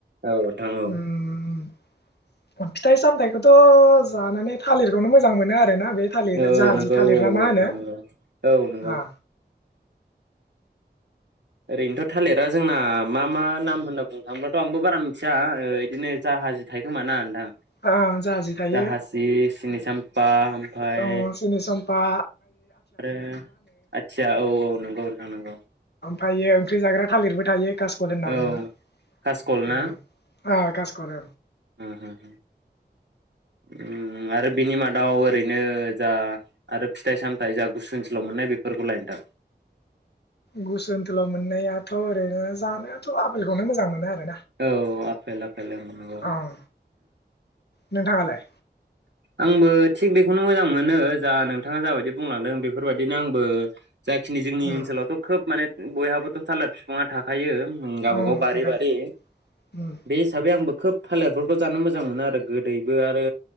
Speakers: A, on the right (about 80°); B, on the left (about 70°).
A: औ नोंथां औ
B: उम। मा फिथाइ सामथायाइखौथ जानानै थालिर। खौनो मोजां मोनो आरोना बे थालिर
A: औ
B: जाहाजि
A: नंगौ
B: थालिर
A: औ औ
B: ना मा
A: नोंथां
B: होनो
A: नंगौ औ नंगौ
B: आ
A: ओरैनोथ' थालिरा जोंना मा मा नाम होनना बुंनो थाङोब्ला आंबो बारा मिथिया ओ इदिनो जाहाजि थायोखोमा ना नोंथां।
B: जाहाजि थायो
A: जाहाजि सिनि साम्फा ओमफ्राय
B: ओ सिनि सामपा।
A: आरो आथिया औ औ नंगौ नोंथां नंगौ।
B: थायो ओंख्रि जाग्रा थालिरबो थायो। कासकल होनना बुङो
A: औ कासकल ना
B: अ कासकल।
A: औ उम आरो बिनि माद दाव ओरैनो जा आरो फिथाइ सामथाय जा गुसु ओनसोलाव मोननाय बेफोरखौ लायनो थां।
B: गुसु ओनथोलाव मोननायाथ ओरैनो जानायाथ आपेलखौनो मोजां मोनो आरो।
A: औ आपेल-आपेल नंगौ
B: ओं नोंथाङालाय
A: आंबो थिग बेखौनो मोजां मोनो जा नोंथाङा जाबायदि बुंलांदों बेफोरबायदिनो आंबो। जाखिनि जोंनि
B: उम
A: ओनसोलाव खोब माने बयहाबोथ थालिर बिफाङा थाखायो। गावबाागाव
B: उम
A: बारि-बारि।
B: थाखायो उम
A: बे इसाबयै ओमफ्राय आंबो खोब थालेरफोरखौ जानो मोजां मोनो आरो गोदैबो आरो